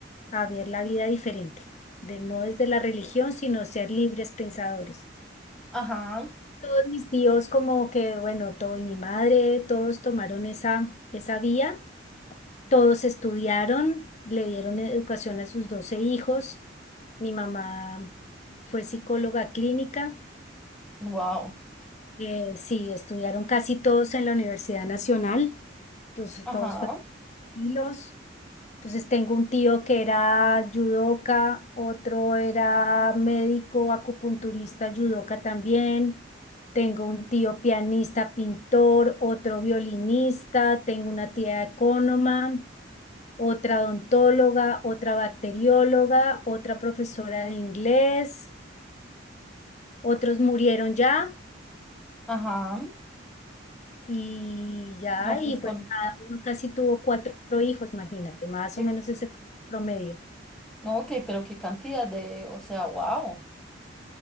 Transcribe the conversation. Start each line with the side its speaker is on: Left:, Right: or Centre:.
Left: a ver la vida diferente, de no desde la religión, sino ser libres pensadores.
Centre: Ajá.
Left: Todos mis tíos como que, bueno, todo y mi madre, todos tomaron esa, esa vía, todos estudiaron, le dieron educación a sus 12 hijos. Mi mamá fue psicóloga clínica,
Centre: Wow.
Left: eh, sí, estudiaron casi todos en la Universidad Nacional. Entonces
Centre: Ajá.
Left: todos fueron tranquilos. Entonces tengo un tío que era yudoka, otro era médico, acupunturista, yudoka también. Tengo un tío pianista, pintor, otro violinista, tengo una tía ecónoma, otra odontóloga, otra bacterióloga, otra profesora de inglés. Otros murieron ya
Centre: Ajá.
Left: y ya,
Centre: No, pues
Left: y pues
Centre: con...
Left: cada uno casi tuvo cuatro hijos, imagínate, más
Centre: qué-
Left: o menos ese fue el promedio.
Centre: No, ok, pero qué cantidad de... O sea, wow.